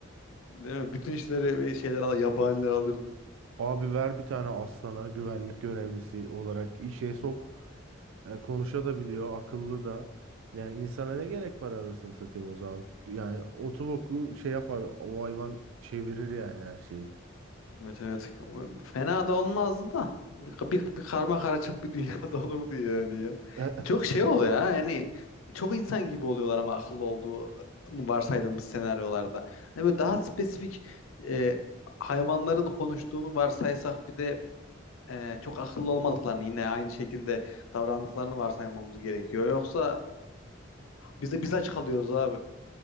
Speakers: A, on the left; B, on the right.
A: Değil mi? Bütün işleri şeyler al- yabaniler alırdı.
B: Abi ver bir tane aslana güvenlik görevlisi olarak işe sok. E, konuşabiliyor, akıllı da. Yani insana ne gerek var anasını satayım o zaman. Yani otu otoboku şey yapar, o hayvan çevirir yani her şeyi. <laughs>
A: Evet evet. Fena da olmazdı da. Bir, bir, bir karma karışık bir dünyada <laughs> olurdu yani ya.
B: E,
A: E, Çok şey oluyor ya. Yani çok insan gibi oluyorlar ama akıllı olduğunu varsaydığımız senaryolarda. Hani böyle daha spesifik e, hayvanların konuştuğunu varsaysak bir de e, çok akıllı olmadıklarını yine aynı şekilde davrandıklarını varsaymamız gerekiyor. Yoksa bize biz aç kalıyoruz abi.